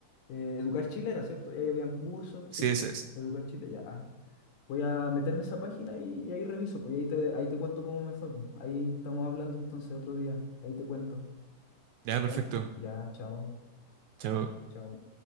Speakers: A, on the left; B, on the right.
A: eh, Educar Chile era, ¿cierto? Y ahí habían cursos, sí,
B: sí,
A: pues,
B: esa es.
A: Educar Chile, ya. ah. Voy a meterme a esa página y, y ahí reviso, pues y ahí te, ahí te cuento cómo me fue, pues. Ahí estamos hablando entonces otro día, ahí te cuento,
B: Ya,
A: ¿ya?
B: perfecto.
A: Ya, chao.
B: Chao.
A: Chao.